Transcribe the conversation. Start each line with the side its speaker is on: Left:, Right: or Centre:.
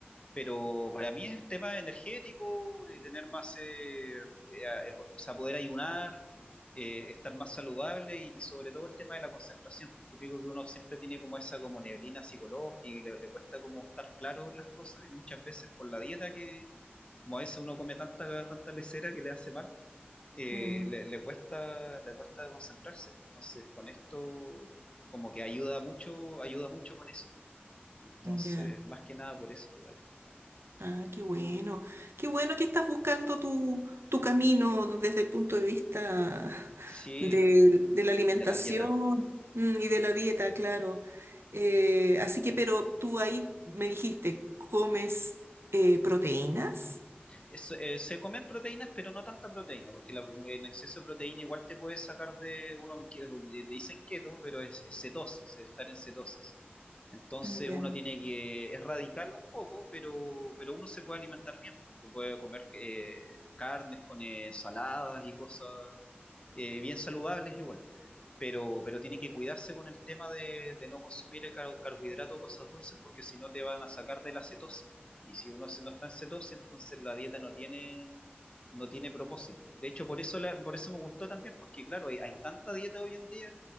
Left: Pero para mí es tema energético, de tener más, eh, eh, a- eh, o sea, poder ayunar, eh, estar más saludable y, y sobre todo el tema de la concentración. Es típico que uno siempre tiene como esa como neblina psicológica y le, le cuesta como estar claro en las cosas y muchas veces por la dieta que, como a veces uno come tanta, tanta lesera que le hace mal, eh,
Right: Mm,
Left: le, le cuesta, le cuesta concentrarse. Entonces, con esto como que ayuda mucho, ayuda mucho con eso. Entonces,
Right: ya.
Left: más que nada por eso, claro.
Right: Ah, qué bueno. Qué bueno que estás buscando tu, tu camino desde el punto de vista
Left: Sí,
Right: de, de la alimentación,
Left: de la dieta.
Right: mm, y de la dieta, claro. Eh, así que, pero tú ahí me dijiste, ¿comes eh, proteínas?
Left: Es- eh, se comen proteínas, pero no tanta proteína, porque la- en exceso de proteína igual te puede sacar de uno que eh, le, le dicen keto, pero es, es cetosis, es estar en cetosis. Entonces
Right: Mm, Ya.
Left: uno tiene que erradicarlo un poco, pero, pero uno se puede alimentar bien, pues, pues, puede comer eh, carnes con eh, saladas y cosas eh, bien saludables igual. Pero, pero tiene que cuidarse con el tema de, de no consumir car- carbohidrato o cosas dulces, porque si no te van a sacar de la cetosis. Y si uno se- no está en cetosis, entonces la dieta no tiene, no tiene propósito. De hecho, por eso, la- por eso me gustó también, porque claro, hay, hay tanta dieta hoy en día